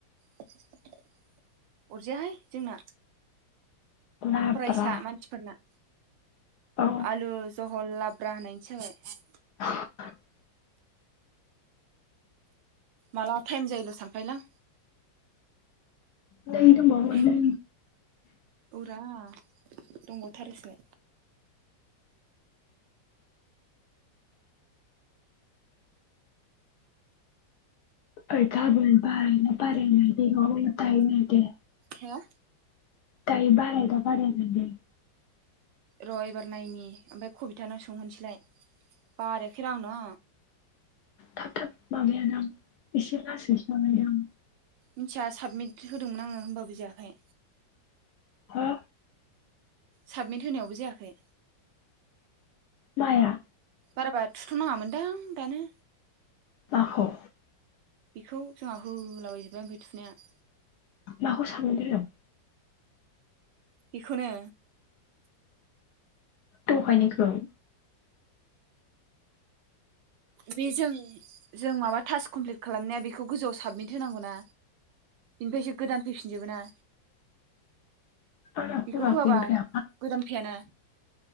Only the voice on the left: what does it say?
लाब्रा
औ
<inaudible>
नै दंबावो
नै
अय गाबोन बारनो बारिनो बेगाव दायनी दे।
दाय बाराय दा बारियाखै दे?
थाब-थाब माबायादां एसे लासैसो माबायो दां।
हो
माया?
माखौ?
माखौ साननो?
दहायनिखौ।
आंना होआखै
ओमफ्राय